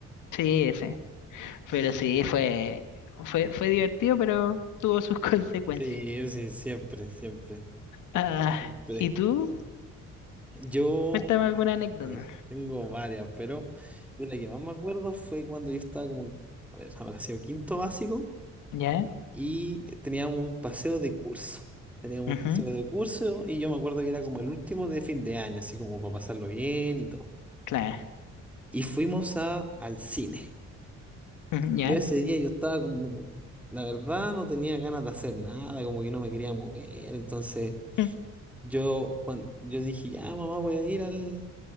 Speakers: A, on the left; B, in the centre.
A: Sí, sí, pero
B: Sí,
A: sí, fue, fue, fue divertido, pero tuvo sus <laughs> consecuencias.
B: sí, sí, siempre, siempre,
A: Ah,
B: siempre.
A: ¿y tú?
B: Yo,
A: Cuéntame alguna anécdota.
B: a ver, tengo varias, pero de la que más me acuerdo fue cuando yo estaba como, a ver, habrá sido quinto básico.
A: ¿Ya?
B: y teníamos un paseo de curso. Teníamos
A: Ujú,
B: un paseo de curso y yo me acuerdo que era como el último de fin de año, así como para pasarlo bien y todo.
A: claro.
B: Y fuimos a, al cine.
A: Ujú,
B: Y
A: ¿Ya?
B: yo ese día yo estaba como, la verdad no tenía ganas de hacer nada, como que no me quería mover. Entonces
A: <laughs>
B: yo, cuando, yo dije, ya mamá voy a ir al